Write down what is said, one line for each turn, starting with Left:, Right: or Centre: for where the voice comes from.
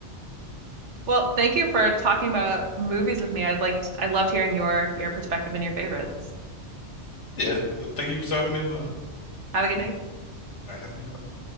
Right: Well, thank you for talking about movies with me. I liked, I loved hearing your your perspective and your favorites.
Left: <laughs> yeah, thank you for talking to me as well.
Right: Have a good night.
Left: All right, have a good night.